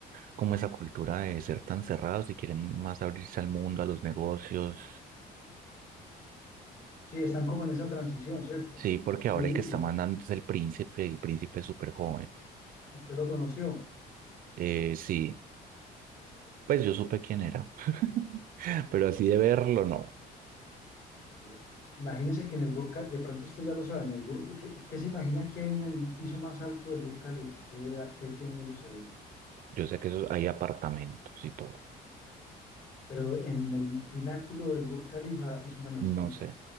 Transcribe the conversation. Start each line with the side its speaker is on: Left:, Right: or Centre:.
Right: como esa cultura de ser tan cerrados y quieren más abrirse al mundo, a los negocios.
Left: sí, están como en esa transición, ¿cierto?
Right: Sí, porque
Left: Y,
Right: ahora el
Left: y
Right: que está
Left: lo-
Right: mandando es el príncipe, el príncipe es súper joven.
Left: usted lo conoció.
Right: Eh, sí,
Left: Ah, usted.
Right: pues yo supe quién era, <laughs>
Left: Ah, ok.
Right: pero así de verlo, no.
Left: Ok. Imagínese que en el Burj, Khal- de pronto usted ya lo sabe, en el Burj- ¿qué, qué se imagina que hay en el piso más alto del Burj Khalifa? ¿Qué, qué tienen ellos ahí?
Right: Yo sé que eso, hay apartamentos y todo.
Left: Pero en el pináculo del Burj Khalifa es una mezquita
Right: No sé,